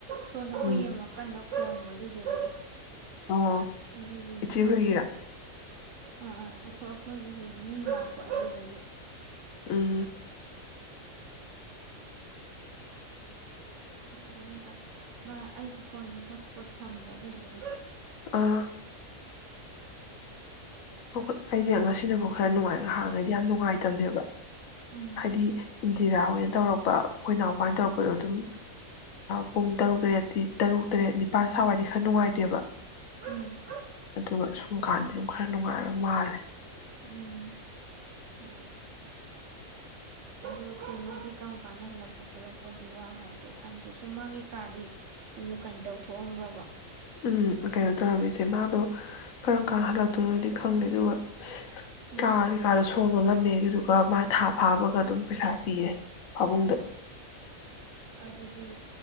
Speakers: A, on the right (about 65°); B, on the left (about 75°).
A: ꯁꯣꯅ ꯍꯨꯏ
B: ꯎꯝ
A: ꯑꯃ ꯀꯟꯅ ꯈꯣꯡꯕꯅ ꯑꯗꯨꯗꯒ
B: ꯑꯣ
A: ꯑꯒꯅꯤꯗ
B: ꯏꯆꯦ ꯍꯣꯏꯒꯤꯔꯥ
A: ꯑ ꯑ ꯑꯩꯈꯣꯏ ꯑꯩꯈꯣꯏꯒꯤ ꯍꯨ ꯃꯤ ꯂꯥꯛꯄ ꯑꯗꯨꯗꯨꯒꯤ
B: ꯎꯝ
A: ꯑꯗꯒꯤ ꯃꯥ ꯑꯩꯒꯤ ꯐꯣꯟꯒꯤ ꯍꯣꯠ ꯏꯁꯄꯣꯠ ꯁꯝꯕ ꯑꯗꯨꯗꯒꯤ
B: ꯑꯥ ꯣꯏ ꯑꯩꯗꯤ ꯉꯁꯤꯅꯕꯨ ꯈꯔ ꯅꯨꯡꯉꯥꯏꯅ ꯍꯥꯡꯉꯩꯗꯤ ꯌꯥꯝ ꯅꯨꯡꯉꯥꯏꯇꯕꯅꯦꯕ
A: ꯎꯝ
B: ꯍꯥꯏꯗꯤ ꯏꯟꯗꯤꯔꯥ ꯑꯣꯏꯅ
A: ꯍꯣꯏ
B: ꯇꯧꯔꯛꯄ ꯑꯩꯈꯣꯏ ꯏꯅꯥꯎꯄꯥꯅ ꯇꯧꯔꯛꯄꯗꯣ ꯑꯗꯨꯝ ꯄꯨꯡ ꯇꯔꯨꯛ ꯇꯔꯦꯠꯇꯤ ꯇꯔꯨꯛ ꯇꯔꯦꯠ ꯅꯤꯄꯥꯜ ꯁꯋꯥꯏꯗꯤ ꯈꯔ ꯅꯨꯡꯉꯥꯏꯇꯦꯕ
A: ꯎꯝ
B: ꯑꯗꯨꯒ ꯁꯨꯝ ꯀꯥꯟꯗꯤ ꯑꯗꯨꯝ ꯈꯔ ꯅꯨꯡꯉꯥꯏꯕ ꯃꯥꯜꯂꯦ
A: ꯎꯝ ꯍꯣꯏ ꯄꯣꯠꯆꯦ ꯃꯤꯗꯤ ꯀꯔꯝ ꯀꯥꯟꯗ ꯍꯜꯂꯛꯄ ꯈꯣꯠꯂꯛꯄꯒꯤ ꯋꯥ ꯍꯥꯏꯒꯦ ꯍꯥꯏꯕꯗꯤ ꯁꯨꯝ ꯃꯥꯒꯤ ꯀꯥꯗꯤ ꯀꯩꯅ ꯇꯧꯊꯣꯛꯑꯝꯕ꯭ꯔꯕ
B: ꯎꯝ ꯀꯩꯅꯣ ꯇꯧꯔꯝꯃꯤꯁꯦ ꯃꯥꯗꯣ ꯀꯔꯝ ꯀꯥꯟꯅ ꯍꯜꯂꯛꯇꯣꯏꯅꯣꯗꯤ ꯈꯪꯗꯦ ꯑꯗꯨꯒ
A: ꯎꯝ
B: ꯀꯥꯔꯦ ꯀꯥꯔ ꯁꯣꯜꯒꯣꯂ ꯃꯦ ꯑꯗꯨꯒ ꯃꯥ ꯊꯥ ꯐꯥꯕꯒ ꯑꯗꯨꯝ ꯄꯩꯁꯥ ꯄꯤꯔꯦ ꯄꯥꯃꯨꯡꯗ
A: ꯑꯗꯨꯗꯤ